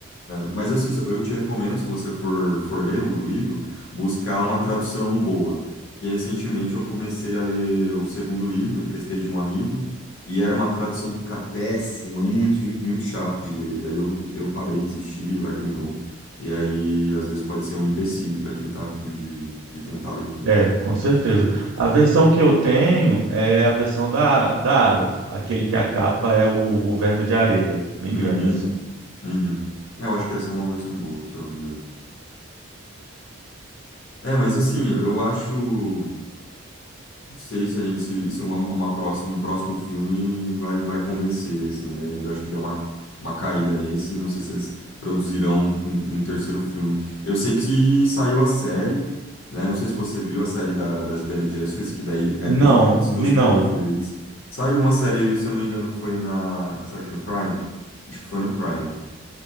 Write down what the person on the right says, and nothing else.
É, com certeza. A versão que eu tenho é a versão da, da Aleph, aquele que a capa é o, o verme de areia, bem
grande assim.
Não,
vi
não.